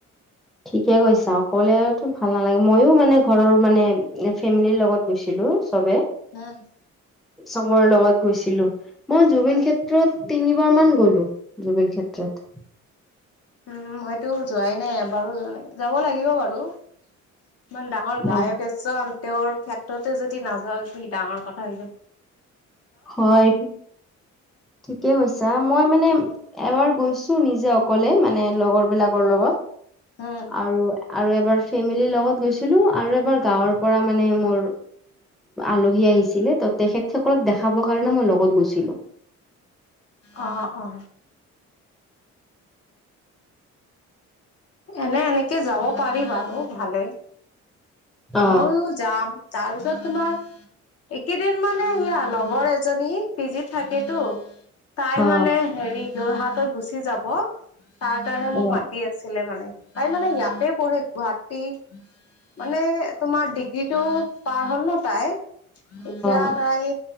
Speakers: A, in the centre; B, on the left.
A: ঠিকে কৈছা অকলেতো ভাল নালাগে মইও মানে ঘৰৰ মানে ফেমিলিৰ লগত গৈছিলো চবে
B: উম
A: চবৰ লগত গৈছিলো মই জুবিন ক্ষেত্ৰত তিনিবাৰ মান গলো জুবিন ক্ষেত্ৰত
B: উম মইতো যোৱাই নাই এবাৰো যোৱা নাই যাব লাগিব বাৰু ইমান ডাঙৰ গায়ক
A: অ
B: এ চ তেওঁৰ ক্ষেত্ৰতে যদি নাযাওঁ কি ডাঙৰ কথা সৈ যা
A: হয় ঠিকেই কৈছা মই মানে এবাৰ গৈছো নিজে অকলে মানে লগৰ বিলাকৰ লগত
B: উম
A: আৰু আৰু এবাৰ ফেমিলিৰ লগত গৈছিলো আৰু এবাৰ গাঁৱৰ পৰা মানে মোৰ আলহী আহিছিলে ত তেখেতসকলক দেখাবৰ কাৰণে মই লগত গৈছিলো
B: অ অ এনে এনেকে যাব পাৰি বাৰু ভালে
A: অ
B: ময়ও যাম তাৰপিছত তোমাৰ এইকেইদিন মানে সেয়া লগৰ এজনী পিজিত থাকেতো তাই
A: অ
B: মানে হেৰি যোৰহাটত গুচি যাব তাৰ কাৰণে মোক
A: অ
B: মাতি আছে ছিলে মানে তাই মানে ইয়াতে পঢ়ে গুৱাহাটী মানে তোমাৰ ডিগ্ৰীতটো পাৰ হ'ল ন তাই এতিয়া
A: অ
B: তাই